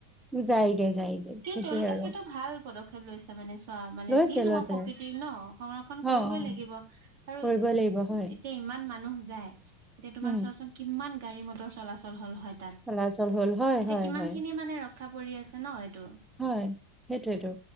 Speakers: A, in the centre; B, on the right.
A: যায়গে যায়গে
B: কিন্তু
A: সেইটোয়ে
B: তেওঁলোকে
A: আৰু
B: সেইটো ভাল পদক্ষেপ লৈছে মানে চ মানে
A: লৈছে
B: যিয়ে নহওক
A: লৈছে
B: প্ৰকৃতি ন সংৰক্ষণ
A: অ
B: কৰিবই
A: অ
B: লাগিব আৰু
A: কৰিবই লাগিব হয়
B: এতিয়া ইমান মানুহ যায় এতিয়া তোমাৰ
A: উম
B: চোৱাচোন কিমান গাড়ী মটৰ চলাচল হল হয় তাত
A: আ্লচল হল হয়
B: এতিয়া
A: হয়
B: কিমান
A: হয়
B: খিনি মানে ৰক্ষা পৰি আছে ন এইটো
A: হয় সেইটোৱেতো